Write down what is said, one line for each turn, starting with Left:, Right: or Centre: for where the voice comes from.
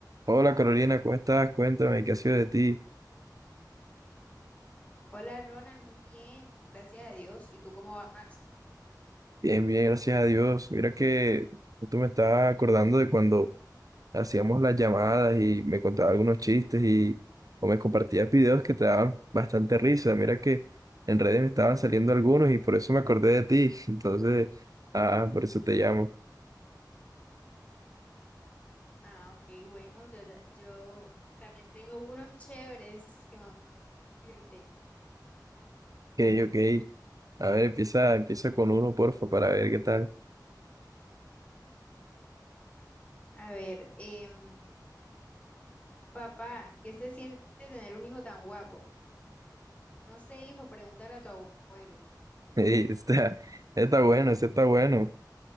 Right: Hola Carolina, ¿cómo estás? Cuéntame, ¿qué ha sido de ti?
Left: Hola Ronald, muy bien, gracias a Dios. ¿Y tú cómo vas?
Right: Bien, bien, gracias a Dios. Mira que tú me estabas acordando de cuando hacíamos las llamadas y me contabas algunos chistes y o me compartías videos que te daban bastante risa. Mira que en redes me estaban saliendo algunos y por eso me acordé de ti. <laughs> Entonces, ah, por eso te llamo.
Left: Ah, ok, bueno, yo, ta- yo también tengo unos chéveres que me van a decirte.
Right: Ok, ok. A ver, empieza, empieza con uno, porfa, para ver qué tal.
Left: A ver, em, papá, ¿qué se siente tener un hijo tan guapo? No sé, hijo, pregúntale a tu abuelo.
Right: <laughs> Ey, está, está bueno, ese está bueno.